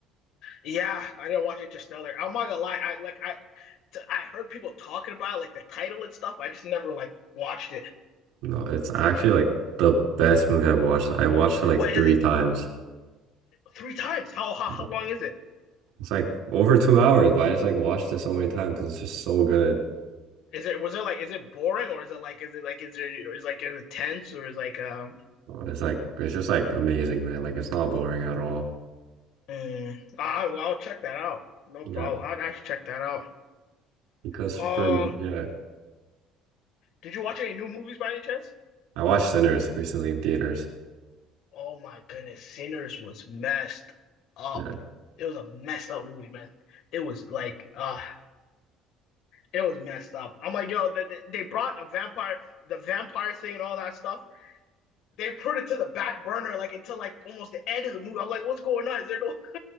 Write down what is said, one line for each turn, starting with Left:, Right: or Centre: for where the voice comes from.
Left: Yeah, I didn't watch Interstellar. I'm not gonna lie. I like I t- I heard people talking about it, like the title and stuff. I just never like watched it.
Right: No, it's actually like the best movie I've watched. I watched it like
Left: What
Right: three
Left: is it?
Right: times.
Left: Three times? How how, how
Right: Yeah.
Left: long is it?
Right: It's like over two hours, but I just like watched it so many times because it's just so good.
Left: Is it was it like is it boring or is it like is it like is it is like is it tense or is like um
Right: It's like it's just like amazing, man. Like it's not boring at all.
Left: mm, I well, I'll check that out. No
Right: Yeah,
Left: problem. I'd actually check that out.
Right: because
Left: Um,
Right: for m- yeah,
Left: did you watch any new movies by any chance?
Right: I watched Sinners recently in theaters.
Left: Oh my goodness, Sinners was messed up.
Right: Yeah.
Left: It was a messed up movie, man. It was like uh It was messed up. I'm like, yo, they, they brought a vampire, the vampire thing and all that stuff. They put it to the back burner, like until like almost the end of the movie. I'm like, what's going on? Is there no? <laughs>